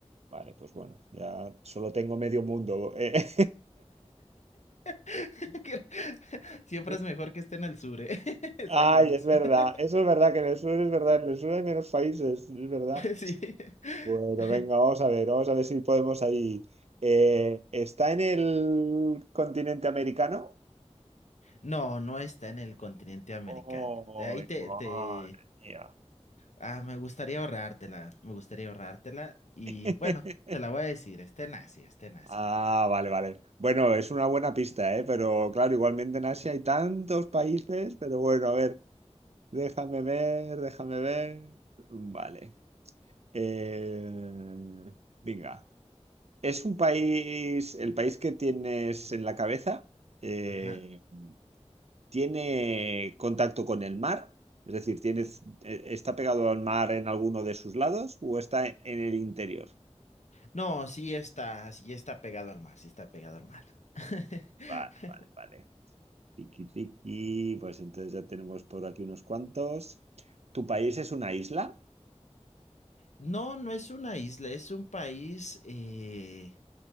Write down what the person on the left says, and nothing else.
<laughs> Que- <laughs> Siempre
es mejor que esté en el sur, ¿eh? <laughs>
Hay menos.
<laughs>
Sí.
<laughs>
No, no está en el continente americano.
De ahí te,
te...
Ah, me gustaría ahorrártela, me gustaría ahorrártela. Y
bueno, te la voy a decir, está en Asia, está en Asia.
Ajá.
No, sí está, sí está pegado al mar, sí está pegado al mar. <laughs>
No, no es una isla, es un país, eh,